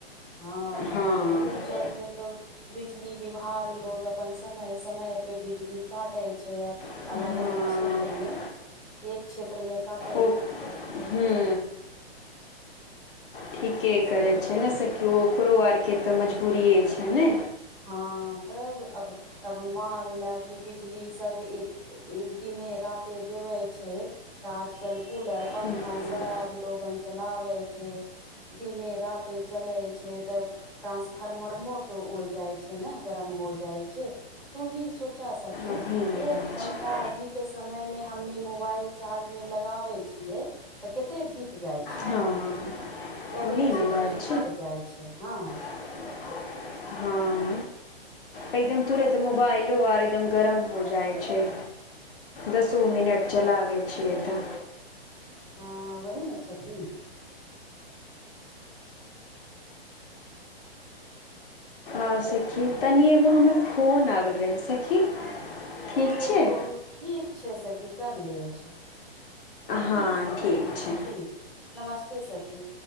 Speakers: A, in the centre; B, on the left (about 55°).
A: हँ
B: हाँ
A: त उ चल से तो बिजली विभाग लोग अपन समय समय पर बिजली काटै छै।
B: हाँ
A: अलग अलग क्षेत्र मे एक क्षेत्र मे काटै
B: ओ हूँ ठीके
A: ऐसे
B: करै
A: ही
B: छै
A: के
B: ने से केओ ओकरो आरके तऽ मजदुरिए छै ने।
A: हँ तब अब अब मां लए कि बिजली सब एक ए दिने राते देवे छै। तऽ आजकल कूलर, पंखा,
B: हूँ
A: सब लोगन चलाबै छै। दिने राते चलय छै तऽ टान्सफार्मर मो तऽ उड़ जाइ छै ने गरम हो जाइ छै, तू ही सोचा सखी।
B: ओही ने
A: एक
B: बात
A: घंटा
B: छै
A: अभी के समय मे हमनी मोबाइल चार्ज मे लगाबै छियै। तऽ कतेक धीप जाय छै।
B: हँ
A: लगे
B: ओही ने
A: छै
B: बात
A: कि फट जाय छै, हँ
B: <inaudible> हँ एकदम तुरत मोबाइलो आर एकदम गरम हो जाय छै। दसो मिनट चलाबे छियै तऽ
A: हँ वही ने छथिन।
B: आओर सखी, तनि एगो हमर फोन आबल रहै सखी। ठीक
A: ओ
B: छै
A: ठीक छै सखी करलियै छै। ठीक
B: हँ
A: छै सखी,
B: ठीक छै
A: ठीक, नमस्ते सखी।